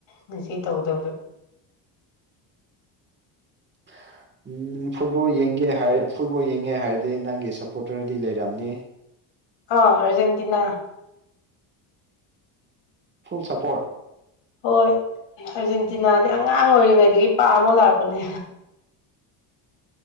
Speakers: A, on the left; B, on the right.
A: ꯉꯁꯤ ꯇꯧꯗꯕꯗ꯫
B: <unintelligible> ꯎꯝ ꯐꯨꯠꯕꯣꯜ ꯌꯦꯡꯒꯦ ꯍꯥꯏꯔ ꯐꯨꯠꯕꯣꯜ ꯌꯦꯡꯒꯦ ꯍꯥꯏꯔꯗꯤ ꯅꯪꯒꯤ ꯁꯞꯄꯣꯔꯇꯔꯗꯤ ꯂꯩꯔꯝꯅꯤ꯫
A: ꯑꯥ ꯑꯔꯖꯦꯟꯇꯤꯅꯥ꯫
B: Full support.
A: ꯍꯣꯏ ꯑꯥꯔꯖꯦꯟꯇꯤꯅꯥꯗꯤ ꯑꯉꯥꯡ ꯑꯣꯏꯔꯤꯉꯩꯗꯒꯤ ꯄꯥꯝꯃ ꯂꯥꯛꯄꯅꯦ꯫